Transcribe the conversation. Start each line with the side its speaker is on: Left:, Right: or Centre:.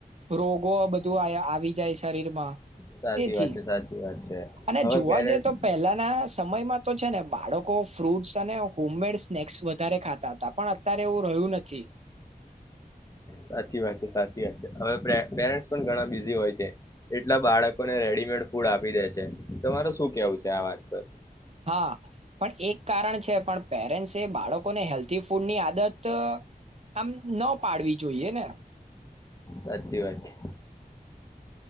Right: રોગો બધું આયા આ વિજય શરીરમાં
Left: સાચી
Right: તેથી
Left: વાત છે સાચી વાત છે
Right: અને
Left: હવે
Right: જોવા
Left: પેરેન્ટ્સ
Right: જઈએ તો પહેલાના સમયમાં તો છે ને પાડો લોકો ફ્રૂટ્સ અને હોમમેડ સ્નેક્સ વધારે ખાતા તા તા. પણ અત્યારે એવું રહ્યું નથી.
Left: સાચી વાત છે. સાચી વાત છે. હવે પે પેરેન્ટસ પણ ઘણા બિઝી હોય છે. એટલા બાળકોને રેડીમેડ ફૂડ આપી દે છે. તમારુ શું કેવું છે આ વાત પર.
Right: હા પણ એક કારણ છે. પણ પેરેન્ટ્સે એ બાળકોને હેલ્થી ફૂડની આદત આમ ન પાડવી જોઈએ ને.
Left: સાચી વાત છે